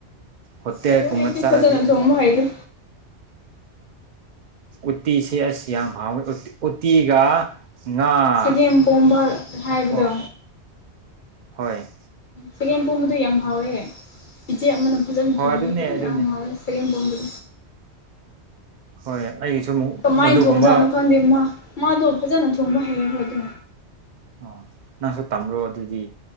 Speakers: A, on the right (about 55°); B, on the left (about 50°).
A: ꯍꯠꯇꯦꯦ
B: ꯑꯗꯣ
A: ꯀꯨꯝꯃꯠ
B: ꯑꯩꯗꯤ
A: ꯆꯠꯗꯤ
B: ꯐꯖꯅ ꯊꯣꯡꯕ ꯍꯩꯇꯦ
A: ꯎꯇꯤꯁꯤꯦ ꯑꯁ ꯌꯥꯝ ꯍꯥꯎ ꯎꯠꯇꯤꯒ ꯉꯀꯣ
B: ꯆꯒꯦꯝ ꯄꯣꯝꯕ ꯍꯥꯏꯕꯗꯣ
A: ꯍꯣꯏ
B: ꯆꯒꯦꯝ ꯄꯣꯝꯕꯗ ꯌꯥꯝ ꯍꯥꯎꯋꯦ ꯏꯆꯦ ꯑꯃꯅ ꯐꯖꯟ
A: ꯍꯣꯏ
B: ꯊꯣꯡꯕꯤ
A: ꯑꯗꯨꯅꯦ
B: ꯐꯗꯨ
A: ꯑꯗꯨꯅꯦ
B: ꯌꯥꯝ ꯍꯥꯎꯋꯦ ꯆꯒꯦꯡ ꯊꯣꯡꯕꯗ
A: ꯍꯣꯏ ꯑꯩꯒꯤꯁꯨ ꯑꯃꯨꯛ
B: ꯀꯃꯥꯏꯅ
A: ꯃꯗꯨꯒꯨꯝꯕ
B: ꯊꯣꯡꯖꯥꯠꯅꯣ ꯈꯪꯗꯦ ꯃꯥ ꯃꯥꯗꯣ ꯐꯖꯅ ꯊꯣꯡꯕ ꯍꯩꯌꯦꯕꯗꯣ
A: ꯑ ꯅꯪꯁꯨꯣ ꯇꯝꯕ꯭ꯔꯣ ꯑꯗꯨꯗꯤ